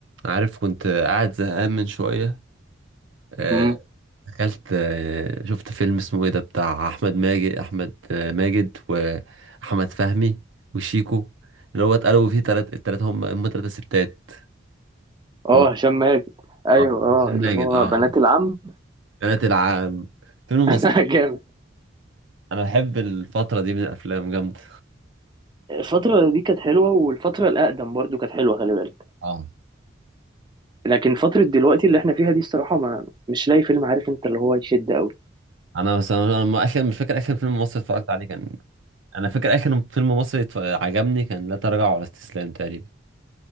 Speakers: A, on the right (about 75°); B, on the right (about 25°).
A: عارف كنت قاعد زهقان من شوية آه،
B: مم.
A: دخلت آه، شفت فيلم اسمه ايه ده بتاع أحمد ماجد أحمد آه، ماجد وأحمد فهمي وشيكو اللي هو اتقلبوا فيه تلات التلاتة هم هم تلاتة ستات
B: اه
A: و
B: هشام ماجد ايوه
A: آه،
B: اه
A: أحمد
B: اللي
A: ماجد
B: هو
A: اه
B: بنات العم
A: بنات العام فيلم
B: <laughs>
A: مصري
B: جامد
A: أنا بحب الفترة دي من الأفلام جامدة
B: الفترة دي كانت حلوة والفترة الأقدم برضو كانت حلوة خلي بالك
A: اه
B: لكن فترة دلوقتي اللي احنا فيها دي الصراحة ما مش لاقي فيلم عارف انت اللي هو يشد قوي
A: أنا مثلا أنا ما- آخر مش فاكر آخر فيلم مصري اتفرجت عليه كان أنا فاكر آخر فيلم مصري اتف- عجبني كان لا تراجع ولا استسلام تقريبا